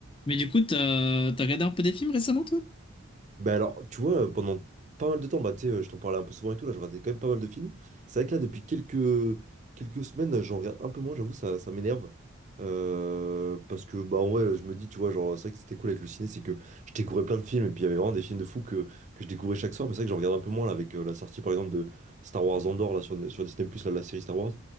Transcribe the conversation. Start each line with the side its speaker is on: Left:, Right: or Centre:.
Left: Mais du coup, t'as t'as regardé un peu des films récemment, toi?
Right: Bah alors, tu vois, euh, pendant pas mal de temps, bah, tu sais, euh, je t'en parlais un peu souvent et tout, là, je regardais quand même pas mal de films. C'est vrai que là, depuis quelques, quelques semaines, euh, j'en regarde un peu moins, j'avoue, ça, ça m'énerve. Euh, parce que, bah, en vrai, je me dis, tu vois, genre, c'est vrai que c'était cool avec le ciné, c'est que je découvrais plein de films, et puis il y avait vraiment des films de fous que, que je découvrais chaque soir, mais c'est vrai que j'en regarde un peu moins, là, avec euh, la sortie, par exemple, de Star Wars Andor, là, sur, sur Disney+, là, la série Star Wars.